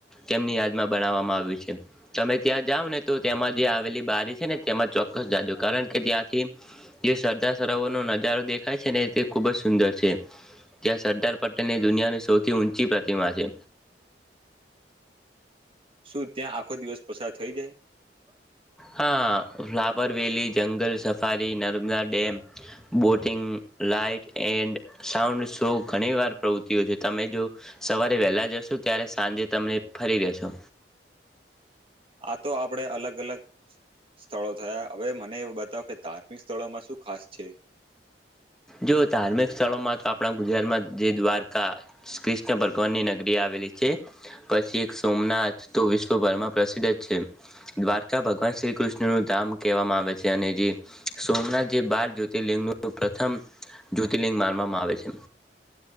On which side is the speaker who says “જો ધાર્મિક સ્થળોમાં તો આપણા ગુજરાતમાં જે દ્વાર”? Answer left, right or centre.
Centre